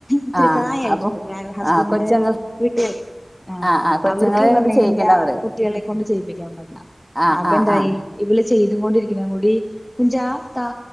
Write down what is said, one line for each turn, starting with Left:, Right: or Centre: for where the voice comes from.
Left: ഇത്തിരി
Centre: ആ
Left: പ്രായായ്ട്ടിള്ള
Centre: അപ്പൊ
Left: ഹസ്ബൻഡിന്റെ
Centre: ആ കൊച്ചുങ്ങൾ
Left: വീട്ടാര് ആഹ്
Centre: ആ ആ കൊച്ചുങ്ങളെ
Left: അവർക്ക്
Centre: അങ്ങോട്ട്
Left: പർഞ്ഞെയ്ഞ്ഞേഞ്ഞാ
Centre: ചെയ്യിക്കണ്ടെന്ന് പറയും
Left: കുട്ട്യാളെ കൊണ്ട് ചെയ്യിപ്പിക്കാൻ പാടില്ല
Centre: ആ
Left: അപ്പെന്തായി
Centre: ആ ആ
Left: ഇവള് ചെയ്തുങ്ങൊണ്ടിരിക്കുന്ന കൂടി കുഞ്ചാ താ